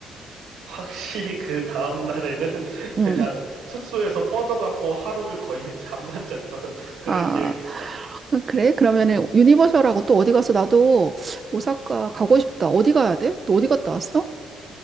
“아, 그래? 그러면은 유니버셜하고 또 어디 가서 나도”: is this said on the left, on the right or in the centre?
Right